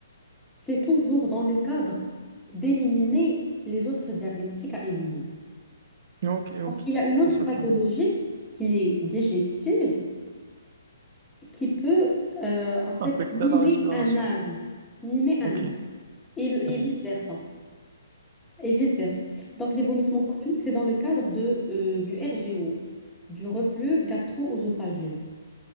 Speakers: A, in the centre; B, on the right (about 40°).
A: c'est toujours dans le cadre d'éliminer les autres diagnostics à éliminer.
B: Ok, ok.
A: Parce qu'il y a une autre
B: Un choc
A: pathologie
B: lambien.
A: qui est digestive, qui peut euh, en fait
B: Affecter
A: mimer
B: la respiration.
A: un asthme, mimer
B: Ok.
A: un asthme, et, le,
B: Hmm.
A: et vice-versa. Et vice-versa. Donc les vomissements chroniques, c'est dans le cadre de, euh, du RGO, du reflux gastro-œsophagien.